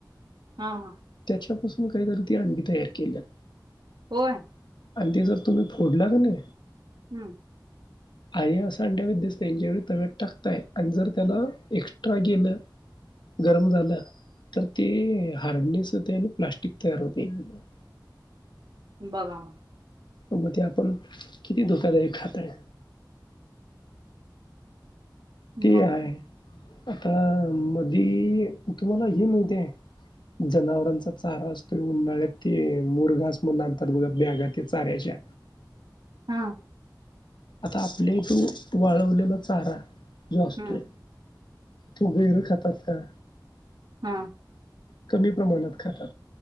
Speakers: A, on the right (about 75°); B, on the left (about 85°).
A: हा हा.
B: त्यापासून कायतरी अंडी तयार किल्यात.
A: होय.
B: आणि ते जर तुम्ही फोडला कनी
A: हम्म.
B: आहे असं <unintelligible> दिसतंय ज्या वेळी तव्यात टाकताय आणि जर त्याला एक्सट्रा गेलं गरम झालं तर ते हारनीस त ते आणि प्लास्टिक तयार होतय <unintelligible>
A: बघा मग.
B: पण म ते आपण किती धोकादायक खाताय. ते
A: मग
B: हाय आता मधी तुम्हाला हे माहिती हाय? जनावरांचा चारा असतोय उन्हाळ्यात ते मुरघास म्हणून आणतात बघा बॅगा त्या चाऱ्याच्या
A: हा.
B: आता आपल्या इथे तो वाळवलेला चारा जो असतोय,
A: हम्म
B: तो गैर खातात का?
A: हा
B: कमी प्रमाणात खातात,